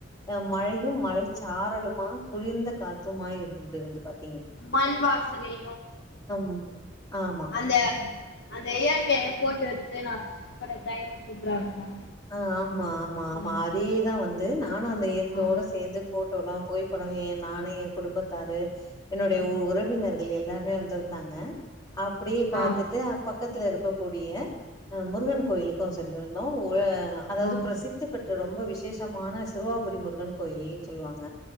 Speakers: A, on the left (about 20°); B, on the left (about 60°).
A: ஆ மழையு மழை சாரலுமா குளிர்ந்த காற்றுமா இருந்தது வந்து பாத்த
B: மண்வாசனையு
A: ம் ஆமா
B: அந்த அந்த இயற்கைய போட்டோ எடுத்து நா போட்ட டைமு சூப்பரா இருக்கு
A: அ ஆமா ஆமா ஆமா
B: ம்
A: அதே தா வந்து நானு அந்த இயற்கையோட
B: ஆ
A: சேந்து போட்டோல்லா போயி அப்றோ எ நானு எ குடும்பத்தாரு என்னோடைய
B: ம்
A: உ உறவினர்கள் எல்லாருமே வந்திருந்தாங்க அப்படியே பாத்துட்டு
B: ஆ ம்
A: பக்கத்துல இருக்கக்க கூடிய ஆ முருகன் கோயிலுக்கு சென்றிருந்தோ <unintelligible> அதாவ்து
B: ஆ
A: பிரசித்த பெற்ற ரொம்ப விசேஷமான சிறுவாபுரி முருகன் கோயில்ன் சொல்லுவாங்க